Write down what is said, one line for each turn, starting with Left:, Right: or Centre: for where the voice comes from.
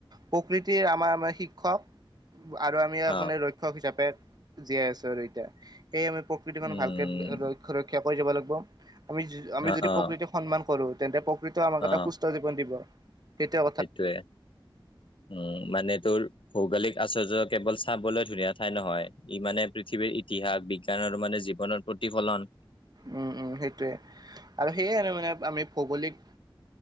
Right: প্ৰকৃতিৰ আমাৰ শিক্ষক। আৰু আমি
Left: অ',
Right: আপোনে ৰক্ষক হিচাপে জীয়াই আছোঁ আৰু এতিয়া। সেয়ে আমি প্ৰকৃতি মানুহ
Left: উম,
Right: ভালকে ৰক্ষ ৰক্ষা কৰি যাব লাগিব। আমি, আমি
Left: অ',
Right: যদি
Left: অ',
Right: প্ৰকৃতিক সন্মান কৰো, তেন্তে প্ৰকৃতিও আমাক
Left: অ',
Right: এটা সুস্থ জীৱন দিব তেতিয়া।
Left: সেইটোৱে, উম্, মানে তোৰ ভৌগোলিক, আচাৰ্য্য কেৱল চাবলৈ ধুনীয়া ঠাই নহয়, ই মানে পৃথিৱীৰ ইতিহাস, বিজ্ঞান আৰু মানে জীৱনৰ প্ৰতি প্ৰতিফলন।
Right: উম্, উম্, সেইটোৱে আৰু সেইয়াই আৰু মানে আমি ভৌগোলিক,